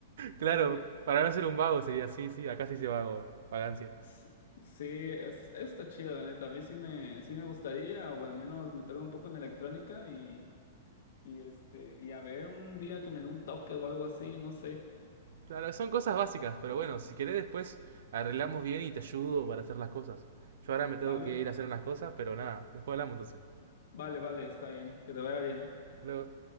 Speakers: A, on the right; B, on the left.
A: Claro,
B: Sí,
A: para no ser un vago sería así, sí, acá sí se dice vago, vagancia.
B: S- Sí, es- está chido, la neta. A mí sí me, sí me gustaría, o al menos meterme un poco en electrónica y, y este, y a ver un día que me dé un toque o algo así, no sé.
A: Claro, son cosas básicas, pero bueno, si querés después arreglamos bien y te ayudo para hacer las cosas. Yo ahora me
B: Vale,
A: tengo que ir a hacer unas cosas, pero nada, después hablamos entonces.
B: vale, vale, está bien, que te vaya bien.
A: Luego.